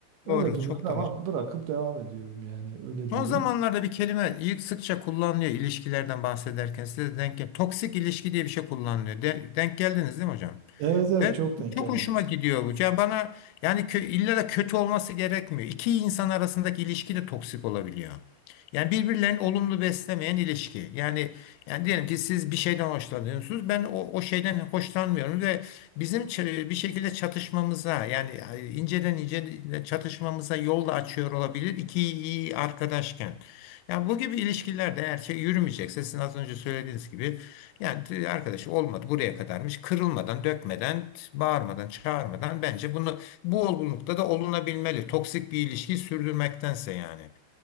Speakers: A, on the right; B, on the left.
A: Öyle
B: doğru
A: durumlarda
B: çok doğru.
A: ama bırakıp devam ediyorum yani öyle diyeyim.
B: Son zamanlarda bir kelime ilk sıkça kullanılıyor ilişkilerden bahsederken size de denk gel. Toksik ilişki diye bir şey kullanılıyor. De- denk geldiniz değil mi hocam?
A: Evet evet
B: Ben
A: çok denk geldi.
B: çok hoşuma gidiyor bu. Yani bana yani kö, illa da kötü olması gerekmiyor. İki insan arasındaki ilişki de toksik olabiliyor. Yani birbirlerini olumlu beslemeyen ilişki. Yani yani diyelim ki siz bir şeyden hoşlanıyorsunuz. Ben o, o şeyden hoşlanmıyorum ve bizim ç- bir şekilde çatışmamıza yani inceden ince çatışmamıza yol da açıyor olabilir iki iyi arkadaşken. Yani bu gibi ilişkilerde eğer şey yürümeyecekse sizin az önce söylediğiniz gibi yani t- arkadaş olmadı buraya kadarmış kırılmadan dökmeden t- bağırmadan çağırmadan bence bunu bu olgunlukta da olunabilmeli toksik bir ilişkiyi sürdürmektense yani.